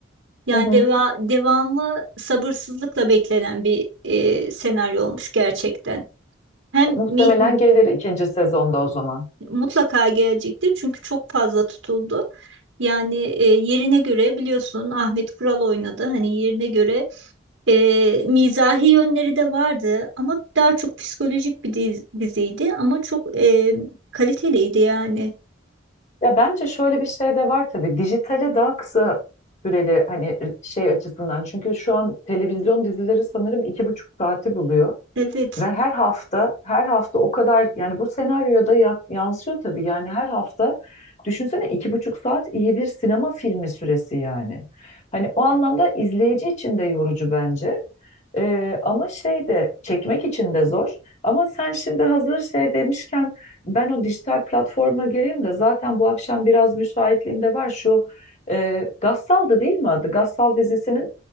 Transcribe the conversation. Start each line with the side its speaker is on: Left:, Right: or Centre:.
Right: Yani
Left: Hı hı.
Right: deva devamı sabırsızlıkla beklenen bir e, senaryo olmuş gerçekten. Hem
Left: Muhtemelen
Right: mi,
Left: gelir ikinci sezonda o zaman.
Right: mutlaka gelecektir çünkü çok fazla tutuldu. Yani e, yerine göre biliyorsun Ahmet Kural oynadı. Hani yerine göre e, mizahi yönleri de vardı ama daha çok psikolojik bir diz- diziydi ama çok e, kaliteliydi yani.
Left: Ya bence şöyle bir şey de var tabii. Dijitale daha kısa süreli hani şey açısından. Çünkü şu an televizyon dizileri sanırım iki buçuk saati buluyor.
Right: Evet,
Left: Ve her hafta, her hafta o kadar yani bu senaryoda ya- yansıyor tabii. Yani her hafta düşünsene iki buçuk saat iyi bir sinema filmi süresi yani. Hani o anlamda izleyici için de yorucu bence. Ee, ama şey de çekmek için de zor. Ama sen şimdi hazır şey demişken ben o dijital platforma gireyim de zaten bu akşam biraz müsaitliğim de var. Şu e, Gassal'dı değil mi adı? Gassal dizisinin